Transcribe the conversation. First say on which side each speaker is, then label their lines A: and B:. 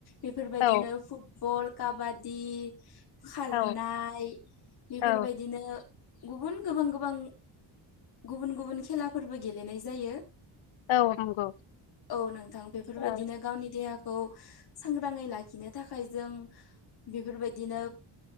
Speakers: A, on the left; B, on the left.
A: बेफोरबायदिनो
B: औ
A: फुटबल। काबादि खारनाय
B: औ
A: बेफोरबायदिनो
B: औ
A: गुबुन गोबां गोबां गुबुन-गुबुन खेलाफोरबो गेलेनाय जायो।
B: औ नंगौ
A: औ नोंथां बेफोरबायदिनो
B: औ
A: गावनि देहाखौ। सांग्राङै लाखिनो थाखाय जों बेफोरबायदिनो